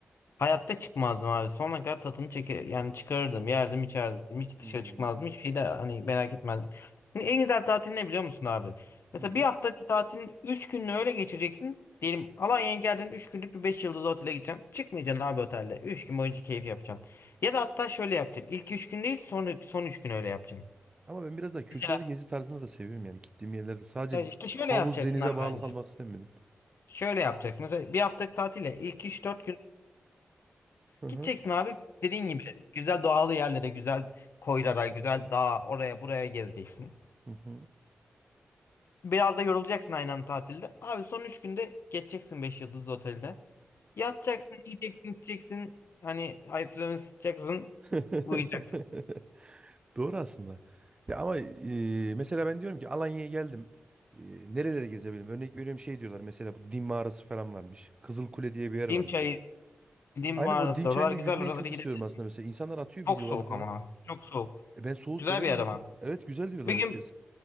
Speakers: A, on the left (about 70°); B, on the right (about 25°).
A: Hayatta çıkmazdım abi. Sonuna kadar tadını çeker yani çıkarırdım, yerdim, içerdim. Hiç dışarı
B: Hmm,
A: çıkmazdım. Hiçbir şey de hani merak etmezdim. Hani en güzel tatil ne biliyor musun abi? Mesela
B: nedir?
A: bir haftalık tatilin 3 gününü öyle geçireceksin. Diyelim Alanya'ya geldin 3 günlük bir 5 yıldızlı otele gideceksin. Çıkmayacaksın abi otelde. üç gün boyunca keyif yapacaksın. Ya da hatta şöyle yapacaksın. İlk 3 gün değil son, son 3 gün öyle yapacaksın.
B: Ama ben biraz daha kültürel
A: Mesela
B: gezi tarzında da seviyorum yani gittiğim yerlerde sadece
A: ya işte şöyle
B: havuz
A: yapacaksın
B: denize
A: abi
B: bağlı
A: bence.
B: kalmak istemedim.
A: Şöyle yapacaksın. Mesela bir haftalık tatile ilk üç dört gün
B: Hı hı.
A: Gideceksin abi dediğin gibi güzel doğal yerlere, güzel koylara, güzel dağa, oraya buraya gezeceksin.
B: Hı hı.
A: Biraz da yorulacaksın aynı anda tatilde. Abi son 3 günde geçeceksin 5 yıldızlı otelde. Yatacaksın, yiyeceksin, içeceksin. Hani ayaklarını sıçacaksın,
B: <laughs>
A: uyuyacaksın.
B: Doğru aslında. Ya ama e, mesela ben diyorum ki Alanya'ya geldim. E, nereleri gezebilirim? Örnek veriyorum şey diyorlar mesela bu Dim mağarası falan varmış. Kızılkule diye bir yer varmış.
A: Dim çayı, Dim
B: Aynen
A: mağarası
B: o Dim çayında
A: oralar güzel
B: yüzmeyi
A: oralara
B: çok
A: gidebilirsin.
B: istiyorum aslında mesela. İnsanlar atıyor videolarını
A: Çok soğuk
B: falan.
A: ama çok soğuk.
B: E, ben soğuğu
A: Güzel
B: severim
A: bir yer
B: zaten.
A: ama.
B: Evet güzel diyorlar
A: Bir
B: herkes.
A: gün